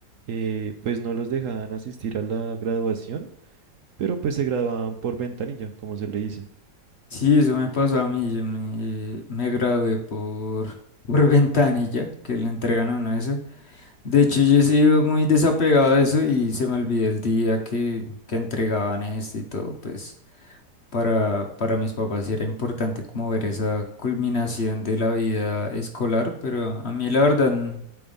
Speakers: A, on the right (about 60°); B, on the left (about 50°).
A: eh, pues no los dejaban asistir a la graduación, pero pues se graduaban por ventanilla, como se le dice.
B: Sí, eso me pasó a mí. Yo me, me gradué por, <laughs> por ventanilla, que le entregan a uno eso. De hecho, yo he sido muy desapegado de eso y se me olvidó el día que, que entregaban esto y todo. Pues para, para mis papás sí era importante como ver esa culminación de la vida escolar, pero a mí la verdad n-